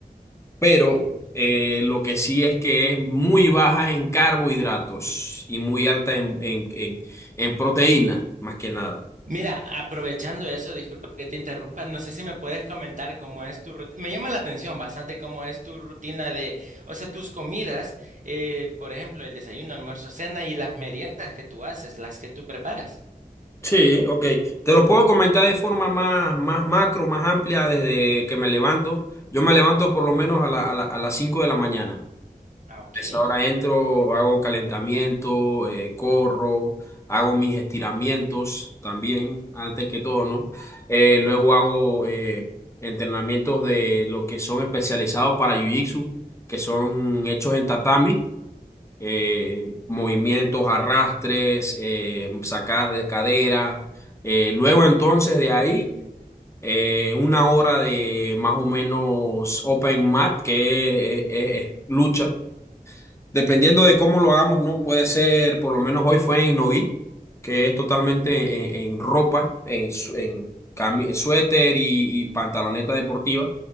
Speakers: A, on the left; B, on the right.
A: pero
B: ok.
A: eh, lo que sí es que es muy baja en carbohidratos y muy alta en, en, en, en proteína, más que nada.
B: Mira, aprovechando eso, disculpa que te interrumpa, no sé si me puedes comentar cómo es tu rutina. Me llama la atención bastante cómo es tu rutina de, o sea, tus comidas, eh, por ejemplo, el desayuno, almuerzo, cena y las meriendas que tú haces, las que tú preparas.
A: Sí, ok. Te lo puedo comentar de forma más, más macro, más amplia desde que me levanto. Yo me levanto por lo menos a la- a la- a las 5 de la mañana.
B: Ah, ok,
A: esa hora entro, hago calentamiento, eh, corro, hago mis estiramientos también, antes que todo, ¿no? Eh, luego hago eh, entrenamientos de lo que son especializados para Jiu-Jitsu, que son hechos en tatami, eh, movimientos, arrastres, eh, sacadas de cadera. Eh, luego entonces de ahí... eh, una hora de más o menos open mat, que es es- es lucha, Dependiendo de cómo lo hagamos, ¿no? Puede ser, por lo menos hoy fue en Nogi, que es totalmente en, en ropa, en, su- en cami- suéter y, y pantaloneta deportiva.